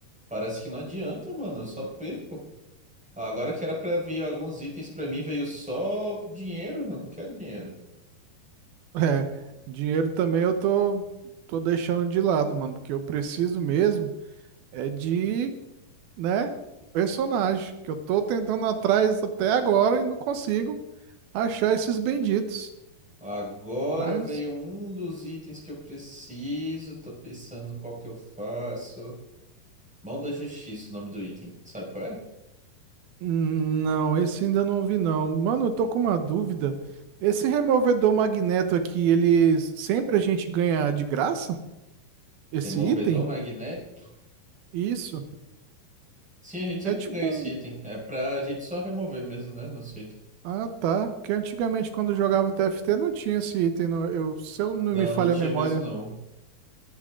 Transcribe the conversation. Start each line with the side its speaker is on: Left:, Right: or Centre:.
Centre: parece que não adianta, mano. Eu só perco. Agora que era pra vir alguns itens pra mim, veio só dinheiro. Eu não quero dinheiro.
Right: É, dinheiro também eu tô, tô deixando de lado, mano, porque eu preciso mesmo é de, né, personagem, que eu tô tentando atrás até agora e não consigo achar esses benditos.
Centre: Agora
Right: Mas,
Centre: veio um dos itens que eu preciso. Tô pensando qual que eu faço. Mão da Justiça, o nome do item. Sabe qual é?
Right: hum, não, esse ainda não vi não. Mano, eu tô com uma dúvida. Esse removedor magneto aqui, ele sempre a gente ganha de graça? Esse
Centre: Removedor
Right: item?
Centre: magnético.
Right: Isso.
Centre: Sim, a gente sempre
Right: É tipo
Centre: ganha
Right: um
Centre: esse item. É pra gente só remover mesmo, né? Nosso item.
Right: Ah, tá. Porque antigamente, quando eu jogava TFT, não tinha esse item. não- Eu, se eu não
Centre: Não,
Right: me falha
Centre: não tinha
Right: a memória.
Centre: mesmo não.